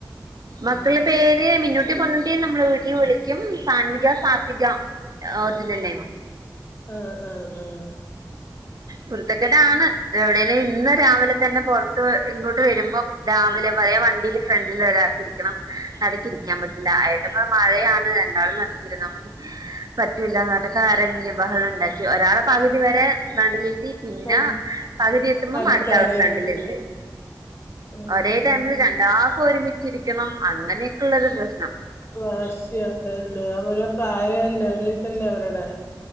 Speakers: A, on the right; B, on the left.
A: മക്കളുടെ പേര് മിന്നൂട്ടി പൊന്നുട്ടി നമ്മളെ വീട്ടിൽ വിളിക്കും സാൻവിക, സാത്വിക ഓറിജിനൽ നേം
B: ആഹ് ആഹ് ആഹ്
A: കുരുത്തക്കേട് ആണ് എവിടെേലും ഇന്ന് രാവിലെ തന്നെ പുറത്ത് ഇങ്ങോട്ട് വരുമ്പോ രാവിലെ പഴയ വണ്ടിൽ ഫ്രണ്ടിൽ ഒരാക്കിയിരിക്കണം നടക്കി ഇരിക്കാൻ പറ്റില്ല ആയ ന മഴയാണ് രണ്ടാളും നടക്കുന്ന മതി പറ്റൂല്ല റന്നിട്ട് കരഞ്ഞ് ബഹളം ഉണ്ടാക്കി ഒരാളെ പകുതി വരെ ഫ്രണ്ടിലി പിന്നെ
B: ആ
A: പകുതി എത്തുമ്പം
B: അടുത്താണ്
A: അടുത്താളെ ഫ്രണ്ടിൽ
B: എത്തി
A: ഇരുത്തി
B: ആ
A: ഒരേ ടൈമില് രണ്ടാൾക്കും ഒരുമിച്ചിരിക്കണം അങ്ങനെയൊക്കെ ഉള്ളൊരു പ്രശ്നം
B: വാശ്യ അതന്നെ അവരോ പ്രായല്ലേ ഒരേ ഇതല്ലേ അവരുടെ